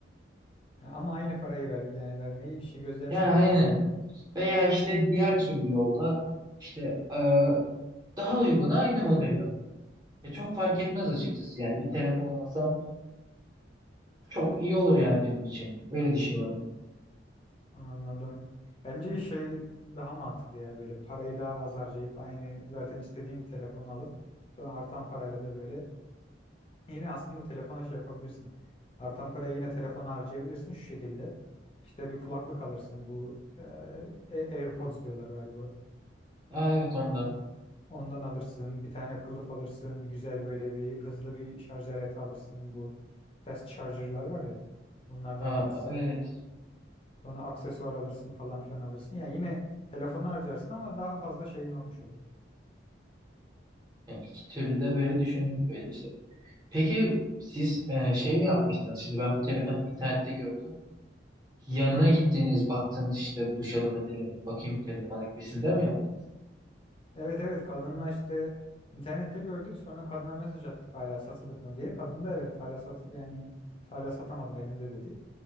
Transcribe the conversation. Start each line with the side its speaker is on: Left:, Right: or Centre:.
Left: Ha, Ama aynı parayı ver yani vermeyi şey gözden
Right: Ya
Left: çıkardın
Right: aynen.
Left: yani.
Right: Veya işte diğer türlü yolda işte e, daha uyguna aynı modeli alırım. E, çok fark etmez açıkçası yani bir telefon alsam çok iyi olur yani benim için. Öyle düşünüyorum.
Left: Anladım. Bence şey daha mantıklı ya böyle parayı daha az harcayıp aynı zaten istediğim bir telefonu alıp sonra artan parayla da böyle Yine aslında telefona şey yapabilirsin. Artan parayı yine telefona harcayabilirsin şu şekilde. İşte bir kulaklık alırsın bu e, A- AirPods diyorlar galiba.
Right: Aa, evet ondan.
Left: Ondan alırsın. Bir tane kılıf alırsın. Güzel böyle bir hızlı bir şarj aleti alırsın. Bu fast charger'lar var ya. Onlardan
Right: Aa,
Left: alırsın.
Right: evet
Left: Sonra aksesuar alırsın falan filan alırsın. Ya yine telefona harcarsın ama daha fazla şeyin olmuş olur.
Right: Yani iki türlü de böyle düşündük böyle işte. Peki siz e, şey mi yapmıştınız? Şimdi ben bu telefon internette gördüm. Yanına
Left: Hı hı.
Right: gittiğiniz baktınız işte buluşalım edelim bakayım telefona gibisinden mi yaptınız?
Left: Evet evet kadınla işte internette gördük sonra kadına mesaj attık hala satılık mı diye. Kadın da evet hala sat yani hala satamadım elimde dedi.